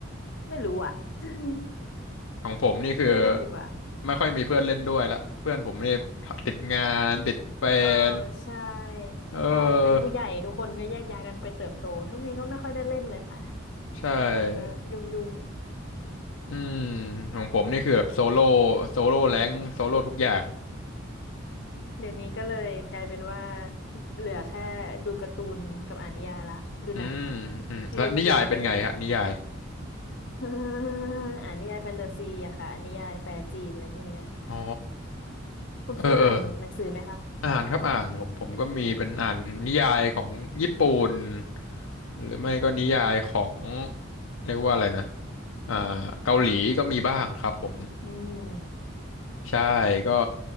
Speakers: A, on the left; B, on the left.
A: ไม่รู้อ่ะ <laughs>
B: ของผมนี่คือ
A: ไม่เล่นดีกว่า
B: ไม่ค่อยมีเพื่อนเล่นด้วยละเพื่อนผมนี่ติดงานติดแฟน
A: เออใช่
B: เออ
A: พอเป็นผู้ใหญ่ทุกคนก็แยกย้ายกันไปเติบโตช่วงนี้ก็ไม่ค่อยได้เล่นเลยค่ะ
B: ใช่
A: ทุกคนก็ยุ่งยุ่ง
B: อืมของผมนี่คือแบบโซโล่โซโล่แรงโซโล่ทุกอย่าง
A: เดี๋ยวนี้ก็เลยกลายเป็นว่าเหลือแค่ดูการ์ตูนกับอ่านนิยายละดูหนัง
B: อืมอืมแล้วนิยายเป็นไงฮะนิยาย
A: เล่นเกมเริ่ม <laughs> อ่านนิยายแฟนตาซีอะค่ะอ่านนิยายแปลจีนอะไรพวกเนี้ย
B: อ๋อ
A: คุณฟิลอ่านหนังสือไหมคะ
B: เออเอออ่านครับอ่านผมผมก็มีเป็นอ่านนิยายของญี่ปุ่นหรือไม่ก็นิยายของเรียกว่าอะไรนะอ่าเกาหลีก็มีบ้างครับผม
A: อืม
B: ใช่ก็